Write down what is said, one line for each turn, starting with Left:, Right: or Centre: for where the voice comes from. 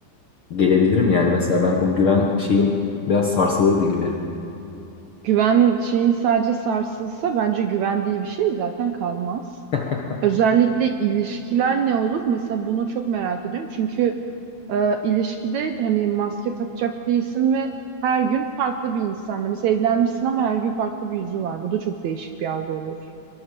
Left: gelebilirim yani. Mesela ben o güven şeyim biraz sarsılırdı gibi.
Right: Güven şeyin sadece sarsılsa bence güvendiği bir şey zaten kalmaz.
Left: <laughs>
Right: Özellikle ilişkiler ne olur? Mesela bunu çok merak ediyorum. Çünkü e, ilişkide hani maske takacak değilsin ve her gün farklı bir insanla. Mesela evlenmişsin ama her gün farklı bir yüzü var. Bu da çok değişik bir algı olur.